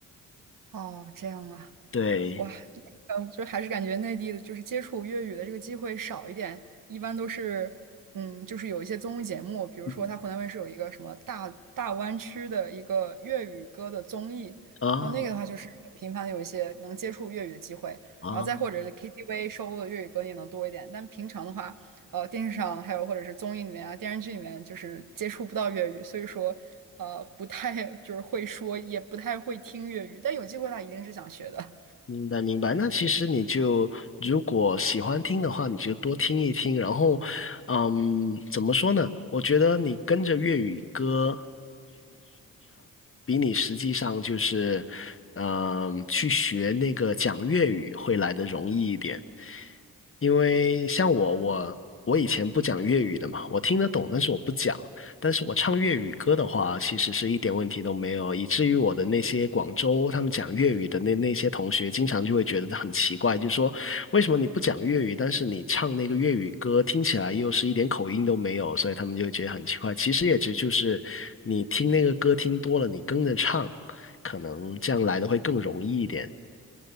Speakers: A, on the right; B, on the left.
A: 哦，这样啊。
B: 对，
A: 哇，嗯，就还是感觉内地的，就是接触粤语的这个机会少一点，一般都是，嗯，就是有一些综艺节目，比如说他湖南卫视有一个什么大大湾区的一个粤语歌的综艺，
B: 嗯啊
A: 然后那个的话就是频繁的有一些能接触粤语的机会，
B: 啊，
A: 然后再或者是 KTV 收录的粤语歌也能多一点，但平常的话，呃，电视上还有或者是综艺里面啊、电视剧里面就是接触不到粤语，所以说，呃，不太就是会说，也不太会听粤语，但有机会的话一定是想学的。
B: 明白明白。那其实你就如果喜欢听的话，你就多听一听。然后，嗯，怎么说呢？我觉得你跟着粤语歌。比你实际上就是，嗯、去学那个讲粤语会来的容易一点。因为像我，我我以前不讲粤语的嘛，我听得懂，但是我不讲。但是我唱粤语歌的话，其实是一点问题都没有，以至于我的那些广州他们讲粤语的那那些同学，经常就会觉得很奇怪，就说为什么你不讲粤语，但是你唱那个粤语歌，听起来又是一点口音都没有，所以他们就会觉得很奇怪。其实也只就是你听那个歌听多了，你跟着唱，可能这样来的会更容易一点。